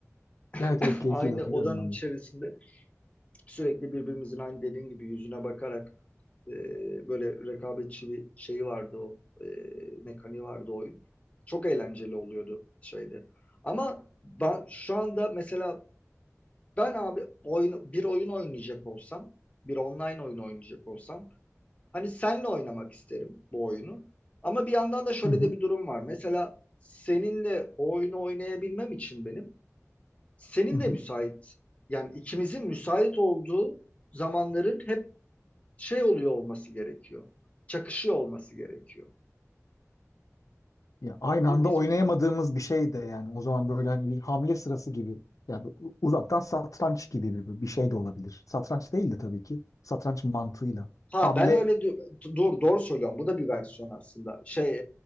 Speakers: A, on the left; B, on the left.
A: evet,
B: <laughs>
A: evet keyifliydi
B: Aynı
A: hatırlıyorum
B: odanın
A: ben
B: içerisinde
A: de.
B: sürekli birbirimizin aynı dediğin gibi yüzüne bakarak e, böyle rekabetçi bir şey vardı o e, mekaniği vardı o oyun. Çok eğlenceli oluyordu şeyde. Ama ben, şu anda mesela ben abi oyun, bir oyun oynayacak olsam bir online oyun oynayacak olsam Hani senle oynamak isterim bu oyunu. Ama bir yandan da şöyle
A: Hı hı.
B: de bir durum var. Mesela seninle o oyunu oynayabilmem için benim senin
A: Hı hı.
B: de müsait yani ikimizin müsait olduğu zamanların hep şey oluyor olması gerekiyor. Çakışıyor olması gerekiyor.
A: Ya aynı
B: Ve
A: anda
B: biz
A: oynayamadığımız bir şey de yani o zaman böyle hani bir hamle sırası gibi yani u- uzaktan satranç gibi bir, bir şey de olabilir. Satranç değil de tabii ki satranç mantığıyla.
B: Ha
A: Hamle
B: ben öyle du- dur doğru söylüyorum. Bu da bir versiyon aslında. Şey